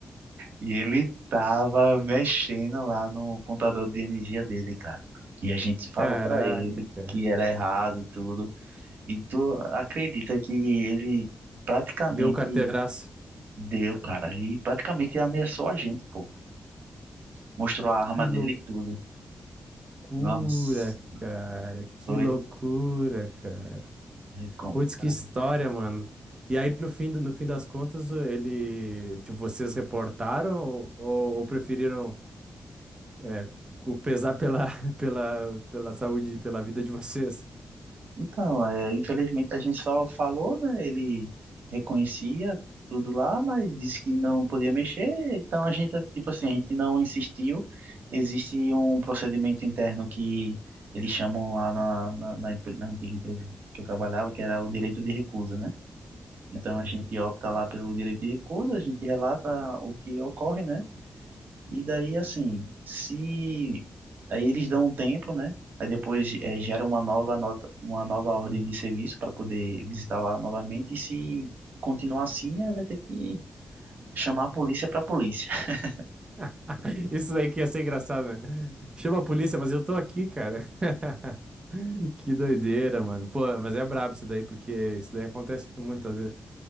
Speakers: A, on the right; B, on the right.
A: e ele tava mexendo lá no contador de energia dele, cara. E a gente falou
B: caraca,
A: para ele
B: cara.
A: que era errado e tudo. E tu acredita que ele praticamente
B: Deu um carteiraço.
A: deu, cara, e praticamente ameaçou a gente, pô. Mostrou a arma
B: Que
A: dele e tudo.
B: loucura,
A: Nossa,
B: cara. Que
A: foi
B: loucura, cara.
A: é complicado.
B: Putz, que história, mano. E aí, no fim, do- no fim das contas, ele, tipo, vocês reportaram ou, ou- ou preferiram é, cu- pesar pela, <laughs> pela, pela saúde, pela vida de vocês?
A: Então, é, infelizmente a gente só falou, né? Ele reconhecia tudo lá, mas disse que não podia mexer. Então a gente, tipo assim, a gente não insistiu. Existe um procedimento interno que eles chamam lá na, na, na empre- na antiga empresa que eu trabalhava, que era o direito de recusa, né? Então
B: Uhum.
A: a gente opta lá pelo direito de recusa, a gente relata o que ocorre, né? E daí, assim, se. Aí eles dão um tempo, né? Aí depois eh, gera uma nova nota, uma nova ordem de serviço para poder visitar lá novamente. E se continuar assim, aí vai ter que chamar a polícia para a polícia. <laughs>
B: <laughs> Isso daí que ia ser engraçado, né? Chama a polícia, mas eu tô aqui, cara. <laughs> Que doideira, mano. Pô, mas é brabo isso daí, porque isso daí acontece muitas vezes.